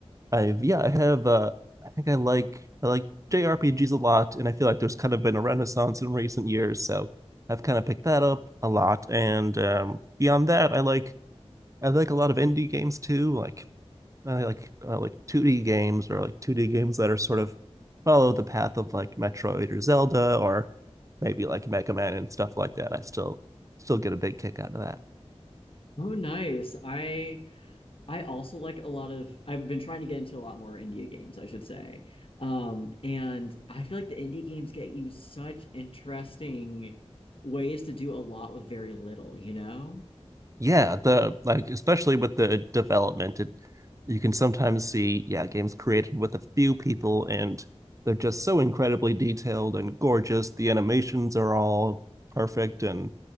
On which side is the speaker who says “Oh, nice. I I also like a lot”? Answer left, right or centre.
Left